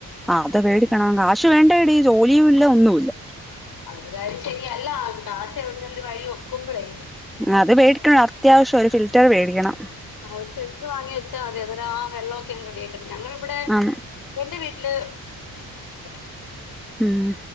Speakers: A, in the centre; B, on the left (about 65°).
A: ആ അത് മേടിക്കണം കാശ് വേണ്ടേടീ ജോലിയും ഇല്ല ഒന്നുല്ല
B: അവിടെയായാലും ശരിയല്ല കാശ് <unintelligible> ഒരു വഴി വെക്കുമ്പോഴേ
A: അത് വേടികനം അത്യാവശ്യം ഒരു <unintelligible> റ്റർ വേടിക്കണം
B: ആ ഒരു ഫിൽറ്റ്ർ വാങ്ങി വെച്ചാ മതി അതി ആ വെള്ളൊക്കെ റെഡി ആക്കി ഞങ്ങളിവിടെ
A: ആഹ്
B: എന്റെ വീട്ടി <unintelligible>
A: ഉം